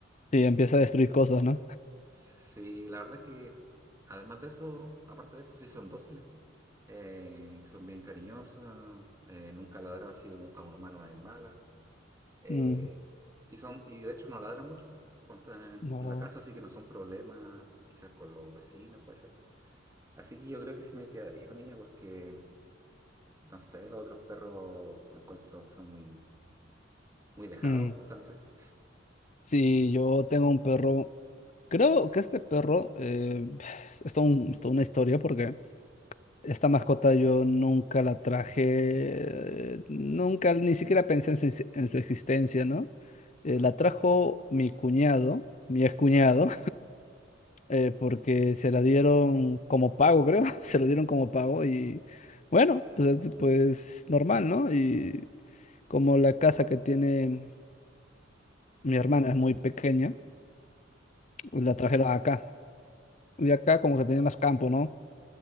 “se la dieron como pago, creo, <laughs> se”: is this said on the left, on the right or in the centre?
Left